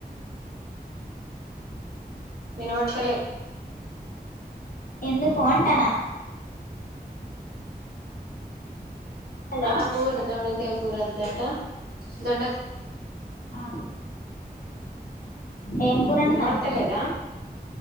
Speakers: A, on the left; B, on the right.
A: ఎందుకు
B: వినపడతలే
A: ఎందుకు అంటానా హలో
B: ఆ కూర దొండకాయ కూర వద్దట దొండ
A: ఆ ఏం కూర వండుతానవు
B: వినబడతలేదా
A: మరి